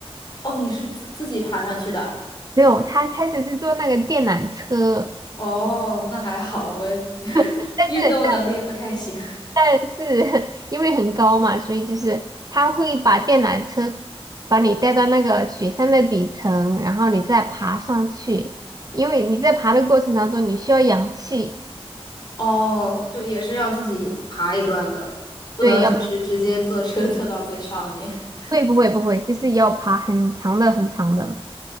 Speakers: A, on the left; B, on the right.
A: 哦，你是自自己爬上去的。
B: 没有，它开始是坐那个电缆车，
A: 哦，那还好，我 <laughs>
B: 但是
A: 运动能力不太行。
B: 但是 <laughs> 因为很高嘛，所以就是他会把电缆车把你带到那个雪山的底层，然后你再爬上去，因为你在爬的过程当中，你需要氧气。
A: <laughs> 哦，就也是要自己爬一段的，不能就是直接坐车
B: 对，要
A: <laughs> 坐到最上面。
B: 会不会不会，就是要爬很长的很长的，